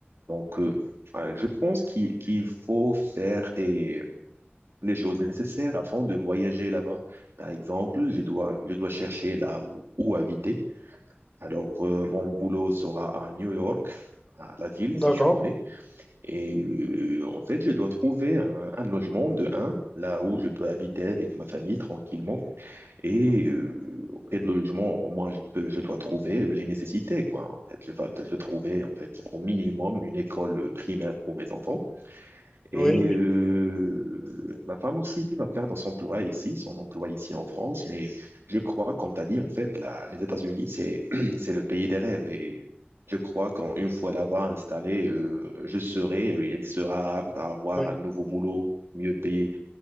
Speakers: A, on the right (about 80°); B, on the left (about 15°).
A: Donc, euh, euh, je pense qu'il qu'il faut faire des les choses nécessaires afin de voyager là-bas. Par exemple, je dois je dois chercher là où, où habiter. Alors, euh, mon boulot sera à New York, à la ville, si
B: D'accord.
A: tu connais. Et euh, en fait, je dois trouver un, un logement de un, là où je peux habiter avec ma famille tranquillement. Et euh, auprès de logement, moi, je peux, je dois trouver les nécessités, quoi. En fait, je vais, je dois trouver, en fait, au minimum une école primaire pour mes enfants. Et
B: Oui, oui,
A: euh, ma femme aussi va perdre son emploi ici, son emploi ici en France. Mais je crois, comme tu as dit, en fait, là, les États-Unis, c'est <clears throat> c'est le pays des rêves. Et je crois qu'une fois là-bas installé, euh, je serai et elle sera apte à avoir
B: oui.
A: un nouveau boulot mieux payé.